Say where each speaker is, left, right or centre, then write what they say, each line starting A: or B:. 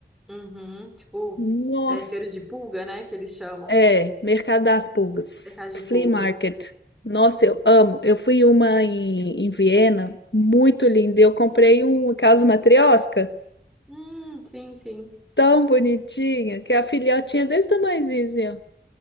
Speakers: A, in the centre; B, on the left.
A: Uhum. Tipo,
B: Nossa,
A: é feira de pulga, né? Que eles chamam.
B: é, Mercado das Pulgas,
A: Mercado de
B: Flea
A: pulgas.
B: Market. Nossa, eu amo. Eu fui uma em, em Viena, muito linda. Eu comprei um caso matrioska
A: Hum, sim, sim.
B: tão bonitinha, que a filhotinha é desse tamanhozinho. assim, ó.